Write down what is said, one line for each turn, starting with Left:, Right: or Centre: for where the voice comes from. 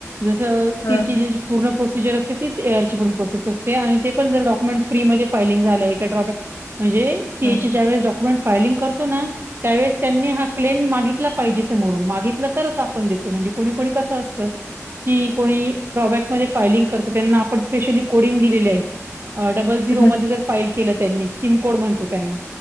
Right: जसं सी
Left: हा
Right: ची जी पूर्ण प्रोसिजर असते तीच एअर ची पण प्रोसेस असते आणि ते पण जर डॉक्युमेंट फ्री मध्ये फायलिंग झालंय का ड्रॉबॅक म्हणजे सीए
Left: हा
Right: ज्या वेळेस डॉक्युमेंट फायलिंग करतो ना. त्यावेळेस त्यांनी हा क्लेम मागितला पाहिजे समोरून मागितला तरच आपण देतो. म्हणजे कोणी कोणी कसं असतं की कोणी ड्रा बॅक म्हणजे फायलिंग करतं त्यांना आपण स्पेशली कोडींग दिलेलं आहे. डबल झिरो
Left: हा
Right: मध्ये जर फाईल केलं त्यांनी स्किम कोड म्हणतो त्यांना